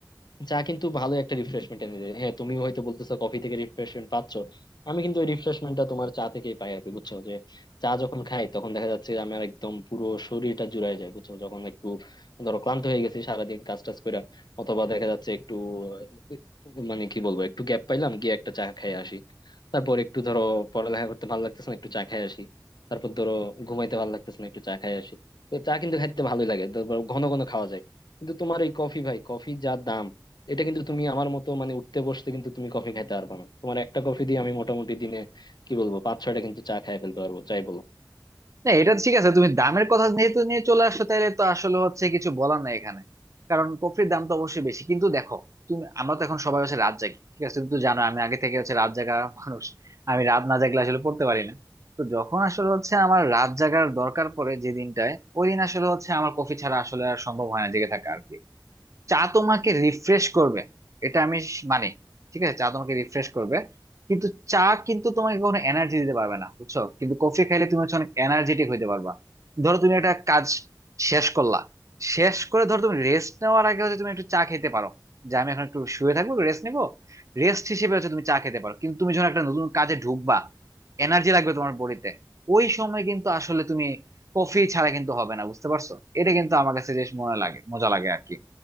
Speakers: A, on the left; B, on the right.
A: চা কিন্তু ভালো একটা রিফ্রেশমেন্ট এনে দেয় হ্যাঁ তুমি হয়তো বলতেছো কফি থেকে রিফ্রেশমেন্ট পাচ্ছ আমি কিন্তু ওই রিফ্রেশমেন্টটা তোমার চা থেকেই পাই আর কি বুঝছো যে চা যখন খাই তখন দেখা যাচ্ছে যে আমার একদম পুরো শরীরটা জুড়ায় যায় বুঝছো যখন একটু ধরো ক্লান্ত হয়ে গেছি সারাদিন কাজ টাজ করে অথবা দেখা যাচ্ছে একটু আহ, মানে কি বলবো একটু গ্যাপ পাইলাম গিয়ে একটা চা খেয়ে আসি তারপর একটু ধরো পড়ালেখা করতে ভালো লাগতেছে না একটু চা খেয়ে আসি তারপর ধরো ঘুমাইতে ভালো লাগতেছে না একটু চা খেয়ে আসি তো চা কিন্তু খাইতে ভালোই লাগে তারপর ঘন ঘন খাওয়া যায় কিন্তু তোমার এই কফি ভাই কফির যা দাম এটা কিন্তু তুমি আমার মতো মানে উঠতে বসতে কিন্তু তুমি কফি খাইতে পারবে না তোমার একটা কফি দিয়ে আমি মোটামুটি দিনে কি বলবো পাঁচ ছয়টা কিন্তু চা খাই ফেলতে পারবো চাই বলো
B: না এটা ঠিক আছে তুমি দামের কথা যেহেতু নিয়ে চলে আসছো তাহলে তো আসলে হচ্ছে কিছু বলার নাই এখানে কারণ কফির দাম তো অবশ্যই বেশি কিন্তু দেখো তুমি আমরা তো এখন সবাই হচ্ছে রাত জাগি ঠিক আছে তুমি তো জানো আমি আগে থেকে হচ্ছে রাত জাগা মানুষ আমি রাত না জাগলে আসলে পড়তে পারি না তো যখন আসলে হচ্ছে আমার রাত জাগার দরকার পড়ে যে দিনটায় ওই দিন আসলে হচ্ছে আমার কফি ছাড়া আসলে আর সম্ভব হয় না জেগে থাকা আর কি চা তোমাকে রিফ্রেশ করবে এটা আমি স- মানি ঠিক আছে চা তোমাকে রিফ্রেশ করবে কিন্তু চা কিন্তু তোমাকে কোনো এনার্জি দিতে পারবে না বুঝছো কিন্তু কফি খাইলে তুমি হচ্ছে অনেক এনার্জেটিক হইতে পারবা ধরো তুমি একটা কাজ শেষ করলা শেষ করে ধরো তুমি রেস্ট নেওয়ার আগে হচ্ছে তুমি একটু চা খেতে পারো যে আমি এখন একটু শুয়ে থাকবো রেস্ট নিবো রেস্ট হিসেবে হচ্ছে তুমি চা খেতে পারো কিন্তু তুমি যখন একটা নতুন কাজে ঢুকবা এনার্জি লাগবে তোমার বডিতে ওই সময় কিন্তু আসলে তুমি কফি ছাড়া কিন্তু হবে না বুঝতে পারছো এটা কিন্তু আমার কাছে বেশ মনে লাগে মজা লাগে আর কি